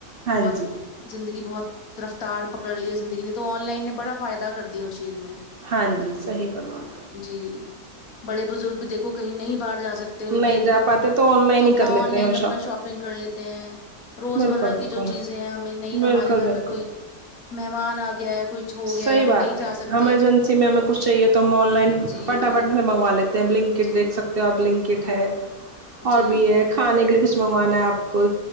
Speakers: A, on the right; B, on the left.
A: ہاں
B: بہت
A: جی
B: زندگی بہت رفتار پکڑ لی ہے زندگی نے تو آن لائن نے بڑا فائدہ کر دیا ہے اس چیز میں
A: ہاں جی صحیح فرمایا
B: جی بڑے بزرگ بھی دیکھو کہیں نہیں باہر جا سکتے ان
A: نہیں
B: کے
A: جا پاتے آن لائن
B: تو اپنا
A: ہی کر لیتے
B: آن لائن
A: ہیں وہ
B: اپنا شاپنگ کر لیتے ہیں روزمرہ
A: بالکل بالکل
B: کی جو چیزیں ہیں ہمیں نہیں
A: بالکل
B: ہمارے گھر
A: بالکل
B: میں کوئی مہمان آ گیا ہے کچھ ہو
A: صحیح
B: گیا ہم
A: بات
B: نہیں جا
A: ہے
B: سکتے
A: ایمرجنسی میں ہمیں کچھ چاہیے تو ہم آن لائن
B: جی
A: فٹافٹ سے منگوا لیتے نک کٹ
B: جی
A: دیکھ سکتے ہو آ پ بلنک کٹ ہے اور
B: جی
A: بھی ایک کھانے کے لیے کچھ منگوانا ہے آپ کو